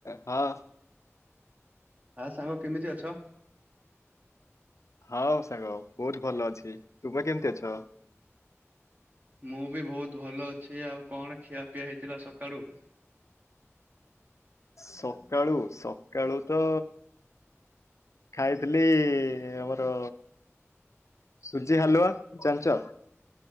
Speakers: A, on the left; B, on the right.
A: ହଁ।
B: ଆ ସାଙ୍ଗ କେମିତି ଅଛ?
A: ହଉ ସାଙ୍ଗ ବହୁତ ଭଲ ଅଛି ତୁ ପା କେମତି ଅଛ?
B: ମୁଁ ବି ବହୁତ ଭଲ ଅଛି ଆଉ କଣ ଖିଆପିଆ ହେଇଥିଲା ସକାଳୁ?
A: ସକାଳୁ ସକାଳୁ ତ ଖାଇଥିଲି ଆମର ସୁଜି ହାଲୁଆ ଜାଣିଛ।